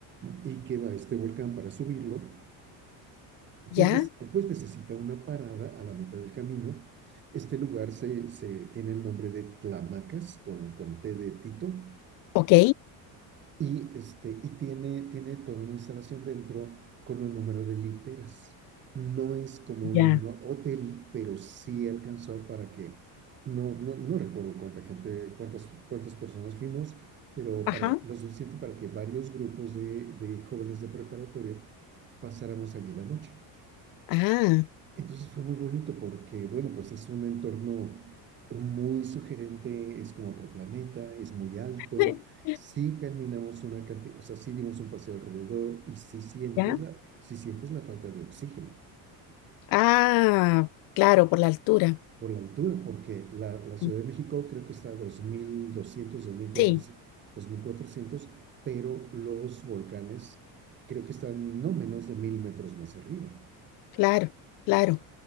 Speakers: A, on the right (about 25°); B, on the left (about 55°).
A: y que va a este volcán para subirlo
B: Ya.
A: pues, pues necesita una parada a la mitad del camino. Este lugar se, se tiene el nombre de Tlamacas, con, con T de Tito,
B: Ok.
A: y, este, y tiene, tiene toda una instalación dentro con un número de literas. No es como un
B: Ya.
A: hotel, pero sí alcanzó para que, no, no, no recuerdo cuánta gente, cuántas, cuántas personas fuimos, pero
B: Ajá.
A: para, lo suficiente para que varios grupos de, de jóvenes de preparatoria pasáramos allí la noche.
B: Ah.
A: Entonces fue muy bonito porque, bueno, pues es un entorno muy sugerente, es como otro planeta, es muy alto,
B: <laughs>
A: sí caminamos una cantidad, o sea, sí dimos un paseo alrededor y sí sientes
B: Ya.
A: la, sí sientes la falta de oxígeno
B: Ah, claro, por la altura.
A: por la altura, porque la, la Ciudad
B: Mm,
A: de México creo que está a dos mil doscientos, dos mil cuatrocientos
B: Sí,
A: dos mil cuatrocientos, pero los volcanes creo que están no menos de 1.000 metros más arriba.
B: claro, claro.